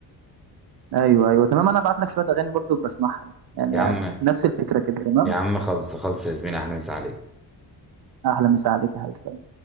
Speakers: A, on the right (about 65°); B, in the centre.
A: ايوه ايوه تمام انا ابعت لك شويه اغاني برضو بسمعهم يعني
B: يا عم
A: نفس الفكره كده تمام
B: يا عم خلص خلص يا زميلي اهلا وسهلا عليك
A: اهلا مسا عليك يا حبيبي